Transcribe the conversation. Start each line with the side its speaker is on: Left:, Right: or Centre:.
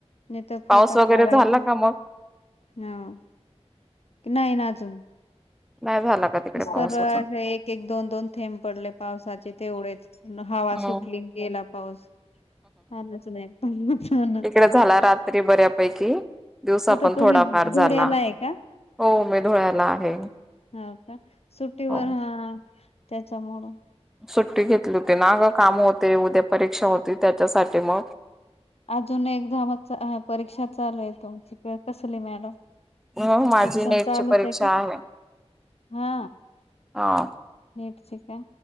Left: नाही तर
Centre: पाऊस
Left: फोटा
Centre: वगैरे
Left: काढायच
Centre: झाला का मग
Left: ह नाही ना अजून
Centre: नाही झाला का तिकडे पाऊस
Left: तर
Centre: अजून
Left: एक एक दोन दोन थेंब पडले पावसाचे तेवढेच हवा
Centre: हम्म
Left: सुटली गेला पाऊस हा नच नाही पण ना
Centre: इकडे झाला रात्री बऱ्यापैकी दिवसा
Left: कुठं
Centre: पण
Left: तुम्ही
Centre: थोडाफार झाला
Left: धुळ्याला आहे का
Centre: हो मी धुळ्याला आहे
Left: हा सुट्टीवर
Centre: हो
Left: ह त्याच्यामुळं
Centre: सुट्टी घेतली होती ना ग काम होते उद्या परीक्षा होती त्याच्यासाठी मग
Left: अजून एकदा म परीक्षा चालू आहे तुमची कसली मॅडम
Centre: हो माझी
Left: शिक्षण
Centre: नेटची
Left: चालूच
Centre: परीक्षा
Left: का?
Centre: आहे
Left: हा
Centre: हा
Left: नीट ची का